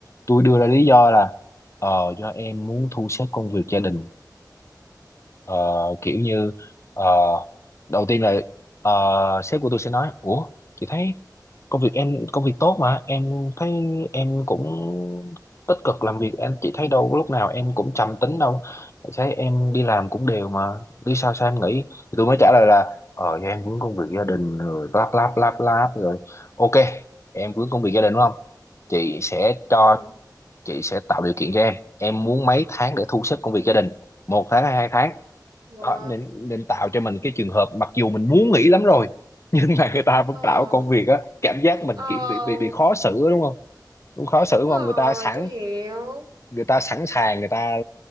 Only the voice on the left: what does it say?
tôi đưa ra lý do là ờ do em muốn thu xếp công việc gia đình Ờ, kiểu như ờ, đầu tiên là ờ, sếp của tôi sẽ nói ủa chị thấy công việc em công việc tốt mà em thấy em cũng tích cực làm việc em chị thấy đâu có lúc nào em cũng trầm tính đâu thấy em đi làm cũng đều mà đi sao sao em nghĩ thì tôi mới trả lời là ờ do em vướng công việc gia đình rồi lắp lắp lắp lắp rồi ok em vướng công việc gia đình đúng không chị sẽ cho
chị sẽ tạo điều kiện cho em em muốn mấy tháng để thu xếp công việc gia đình một tháng hay hai tháng
đó, nên nên tạo cho mình cái trường hợp mặc dù mình muốn nghỉ lắm rồi <laughs> nhưng mà người ta vẫn
tạo công việc á cảm giác mình
kiểu bị bị bị khó xử á, đúng không cũng khó xử
đúng
không người ta sẵn
người ta sẵn sàng người ta